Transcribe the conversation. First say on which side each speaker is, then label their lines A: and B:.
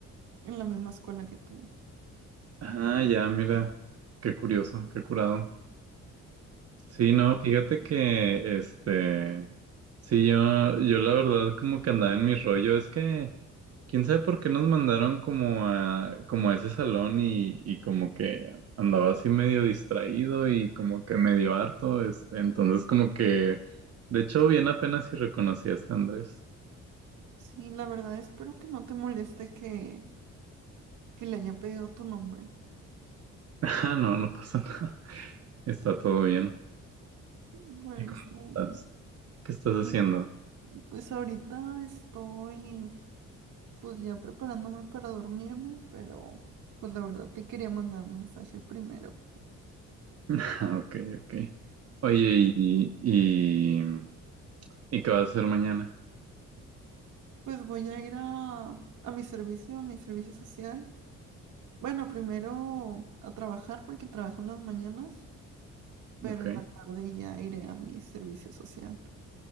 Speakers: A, on the right; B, on the right.
A: en la misma escuela que tú.
B: Ah, ya, mira. Qué curioso, qué curado. Sí, no, fíjate que, este, sí, yo, yo la verdad como que andaba en mi rollo, es que, quién sabe por qué nos mandaron como a, como a ese salón y, y como que andaba así medio distraído y como que medio harto, este, entonces como que, de hecho, bien apenas si reconocí a este Andrés.
A: Sí, la verdad espero que no te moleste que, que le haya pedido tu nombre.
B: <laughs> Ah, no, no pasa nada, está todo bien.
A: Bueno,
B: ¿Y cómo
A: está
B: estás?
A: bien.
B: ¿Qué estás haciendo?
A: Y, pues ahorita estoy pues ya preparándome para dormirme, pero pues la verdad te quería mandar mensaje primero.
B: <laughs> Ah, ok, ok. Oye, y, y... ¿Y qué vas a hacer mañana?
A: Pues voy a ir a, a mi servicio, a mi servicio social. Bueno, primero a trabajar porque trabajo en las mañanas. pero
B: Ok.
A: en la tarde ya iré a mi servicio social.